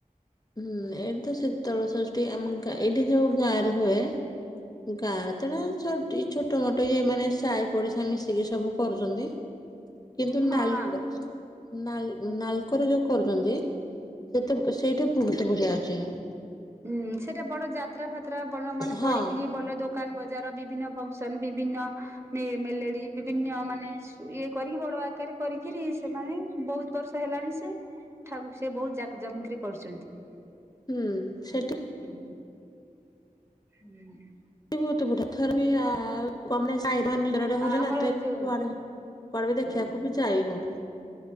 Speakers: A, on the left; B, on the right.
A: ହୁଁ ଏଇଠି ତ ଶୀତଳ ଷଷ୍ଟୀ ଆମ ଗାଁ ଏଇଠି ଯୋଉ ଗାଁ ରେ ହୁଏ। ଗାଁ ରେ ତର ଛୋଟି ଛୋଟ ମୋଟ ଇଏ ମାନେ ସାଇ ପଡିଶା ମିଶିକି ସବୁ କରୁଚ଼ନ୍ତି। <unintelligible> କିନ୍ତୁ
B: ହଁ
A: ନାଲକୋରେ ଯୋଉ ନାଲ୍ ନାଲକୋରେ ଯୋଉ କରୁଚ଼ନ୍ତି ସେତବ୍ ଅ ସି <unintelligible> ଇଠି ବହୁତ ବଢିଆ ଅଚ଼ି।
B: ଉୁଁ ସେଟା ବଡ ଯାତ୍ରା ଫାତ୍ରା ଭଲ ମାନେ
A: ହଁ
B: ପଡିକିରି ଭଲ ଦୋ କାନ୍ ବଜାର ବିଭିନ୍ନ ଫଙ୍କସନ୍ ବିଭିନ୍ନ ମେ ମେଲେଡି ବିଭିନ୍ନ ମାନେ ସୁ ଇଏ କରିକି ବଡ ଆକାରେ କରିକିରି ସେମାନେ ବହୁତ୍ ବର୍ଷ ହେଲାଣି ସେ ଥାଉ ସେ ବହୁତ ଜାକ୍ ଜମକରେ କରୁଚ଼ନ୍ତି।
A: ଉୁଁ ସେଠୀ
B: ଉୁଁ ଉୁଁ।
A: ଇ ବହୁତୁ ବଢିଆ। ଥର ବି ଆ <unintelligible> କୁଆରେ
B: ଆ ଆମର ଏ ଯୋଉ
A: କୁଆଡ଼େ ବି
B: ହଁ
A: ଦେଖିଆକୁ ବି ଚାଇ ହଉନି।